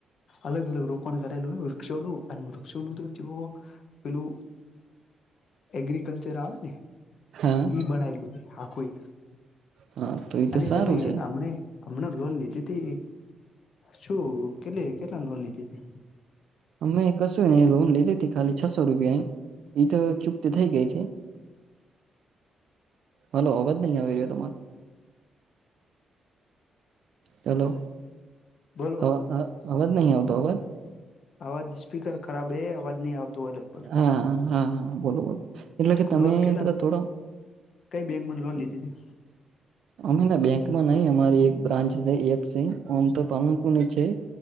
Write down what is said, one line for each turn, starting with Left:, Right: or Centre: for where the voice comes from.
Left: અલગ અલગ રોપણ કરેલું હોય વૃક્ષોનું અને વૃક્ષોનું તો તેઓ. પેલું એગ્રિકલ્ચર આવે ને
Right: હા
Left: ઈ બનાયલું છે. આખું
Right: હા તો એ
Left: અને
Right: તો સારું
Left: તમે
Right: છે
Left: અમને. હમણાં લોન લીધી તી શું કેટલી કેટલા લોન લીધીતી.
Right: અમે કશું ને લોન લીધી હતી ખાલી છસો રૂપિયા એ તો ચુપત થઇ ગઈ છે. હલો અવાજ નહી આવી રહ્યો તમારો. ચલો
Left: બોલો
Right: હ અવાજ નહી આવતો અવાજ.
Left: અવાજ સ્પીકર ખરાબ એ અવાજ નહી આવતો હોય લગભગ.
Right: હા હા હા બોલો બોલો એટલે કે તમે
Left: લોન કેટલા
Right: બધા થોડા.
Left: કઈ બેંકમાં લોન લીધી તી.
Right: અમે બેંકમાં નહી અમારી એક બ્રાન્ચ છે એ આમ તો પાનપુ છે.